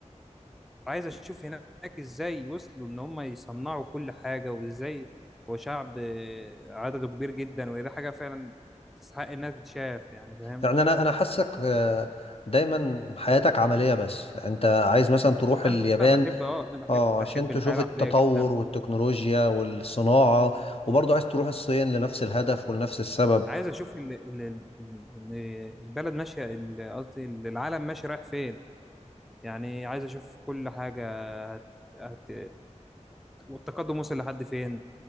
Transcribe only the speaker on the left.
يعني انا انا حاسك آه، دايما حياتك عملية بس انت عايز مثلا تروح اليابان
اه
عشان تشوف
التطور
والتكنولوجيا والصناعة وبرضه عايز تروح الصين لنفس الهدف ولنفس السبب